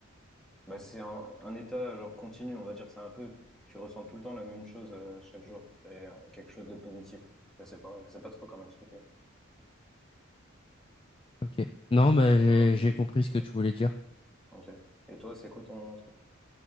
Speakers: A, in the centre; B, on the left.
A: bah c'est un, un état genre continu, on va dire. C'est un peu, tu ressens tout le temps la même chose euh, chaque jour et euh, quelque chose de positif. Je sais pas, je sais pas trop comment expliquer.
B: ok. Non, mais
A: Mais il peut y avoir des-
B: j'ai j'ai compris ce
A: ouais.
B: que tu voulais dire.
A: Ok. Et toi, c'est quoi ton truc?